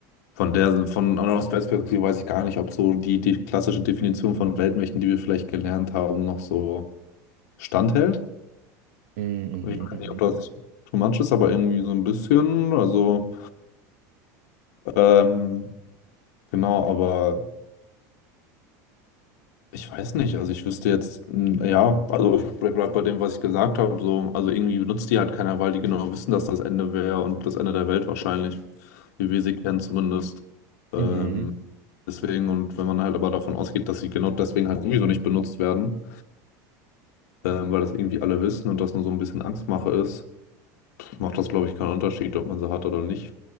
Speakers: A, on the left; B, on the right.
A: von der, von aus Weltperspektive weiß ich gar nicht, ob so die, die klassische Definition von Weltmächten, die wir vielleicht gelernt haben, noch so standhält.
B: mhm,
A: Ich
B: mhm,
A: weiß
B: mhm,
A: nicht, ob das too much ist, aber irgendwie so ein bisschen. Also, ähm, genau, aber ich weiß nicht. Also, ich wüsste jetzt, mm, ja, also ich bleib bei dem, was ich gesagt habe. So, also, irgendwie benutzt die halt keiner, weil die genau wissen, dass das Ende wäre und das Ende der Welt wahrscheinlich, wie wir sie kennen zumindest. Ähm,
B: mhm,
A: deswegen, und wenn man halt aber davon ausgeht, dass sie genau deswegen halt sowieso nicht benutzt werden, ähm, weil das irgendwie alle wissen und das nur so ein bisschen Angstmache ist, macht das, glaube ich, keinen Unterschied, ob man sie hat oder nicht.